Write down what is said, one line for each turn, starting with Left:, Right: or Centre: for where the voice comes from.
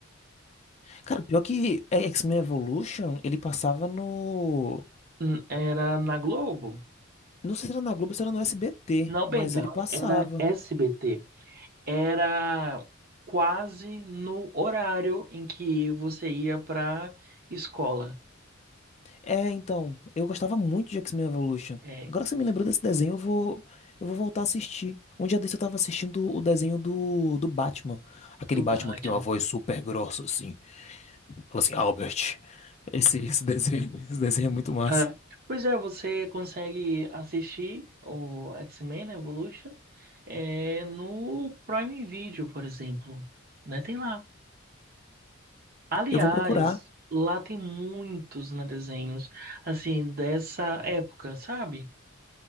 Left: Cara, pior que é, X-Men Evolution, ele passava no,
Right: Hum, Era na Globo?
Left: não sei se era na Globo, se era no SBT,
Right: Não,
Left: mas
Right: perdão,
Left: ele passava.
Right: era SBT. Era quase no horário em que você ia pra escola.
Left: É, então, eu gostava muito de X-Men Evolution.
Right: É,
Left: Agora que você me lembrou desse desenho, eu vou, eu vou voltar a assistir. Um dia desse eu tava assistindo o desenho do, do Batman. Aquele
Right: do Batman.
Left: Batman que tem uma voz super grossa, assim. Fala assim, Albert. Esse, esse desenho, <laughs> esse desenho é muito massa.
Right: Ah, pois é, você consegue assistir o X-Men, né, Evolution, é, no Prime Video, por exemplo, né? Tem lá. Aliás,
Left: Eu vou procurar.
Right: lá tem muitos, né, desenhos, assim, dessa época, sabe?